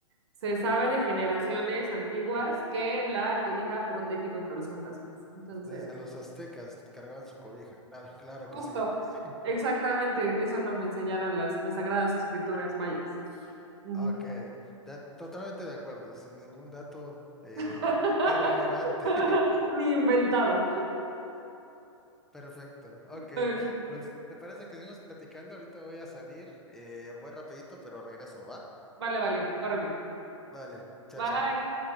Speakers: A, on the right; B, in the centre.
A: Se sabe de generaciones antiguas que la cobija protege contra los fantasmas. Entonces...
B: Desde los aztecas cargaban su cobija. Claro, claro
A: Justo,
B: que sí. <laughs>
A: exactamente, eso nos lo enseñaron las, las sagradas escrituras mayas. Ujú.
B: Ok, de- totalmente de acuerdo, sin ningún dato eh,
A: <laughs>
B: irrelevante. <laughs>
A: Ni inventado.
B: Perfecto,
A: Muy
B: ok.
A: bien.
B: Pues, ¿te parece que seguimos platicando? Ahorita voy a salir, eh, voy rapidito, pero regreso, ¿va?
A: Vale, vale, córrele.
B: Vale, chao,
A: Bye.
B: chao.